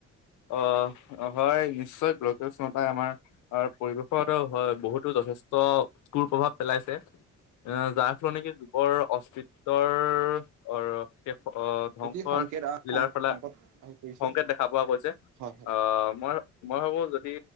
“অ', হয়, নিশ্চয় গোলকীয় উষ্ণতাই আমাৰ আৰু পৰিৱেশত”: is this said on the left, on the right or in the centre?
Left